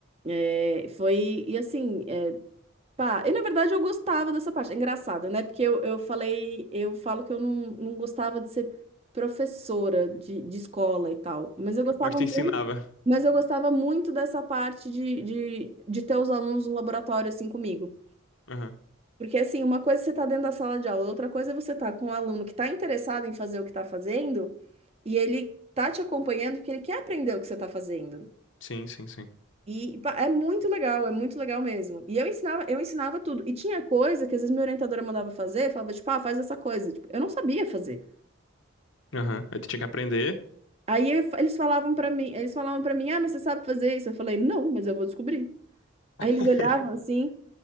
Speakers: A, on the right; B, on the left.
A: É, foi, e assim, eh, Pá, e na verdade eu gostava dessa parte. É Engraçado, né? Porque eu, eu falei, eu falo que eu não, não gostava de ser professora de, de escola e tal. Mas eu gostava
B: Mas te ensinava.
A: muito, mas eu gostava muito dessa parte de, de, de ter os alunos no laboratório assim comigo.
B: Aham.
A: Porque assim, uma coisa é você tá dentro da sala de aula, outra coisa é você tá com um aluno que tá interessado em fazer o que tá fazendo e ele tá te acompanhando porque ele quer aprender o que você tá fazendo.
B: Sim, sim, sim.
A: E pá, é muito legal, é muito legal mesmo. E eu ensinava, eu ensinava tudo. E tinha coisa que às vezes minha orientadora mandava fazer, falava tipo, ah, faz essa coisa. Tipo, eu não sabia fazer.
B: Aham. Aí tu tinha que aprender.
A: Aí eu- eles falavam pra mim, eles falavam para mim, ah, mas você sabe fazer isso? Eu falei, não, mas eu vou descobrir.
B: <laughs>
A: Aí eles olhavam assim,